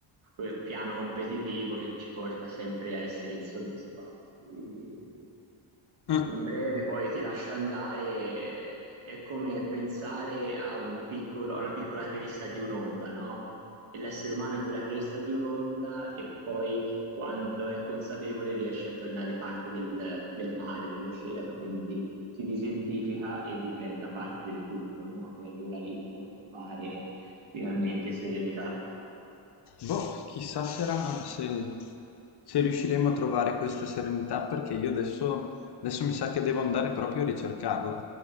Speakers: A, on the right; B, on the left.
A: quel piano competitivo che ci porta sempre a essere insoddisfatti. Quindi
B: Eh,
A: in breve poi ti lascio andare, è come pensare a un piccolo- a una piccola cresta di un'onda, no? E l'essere umano è quella cresta di un'onda e poi quando è consapevole riesce a tornare parte del, del mare, dell'oceano, quindi si disidentifica e diventa parte del tutto, no? E allora lì può trovare finalmente serenità.
B: boh, chissà sarà se, se riusciremo a trovare questa serenità, perché io adesso, adesso mi sa che devo andare proprio a ricercarla.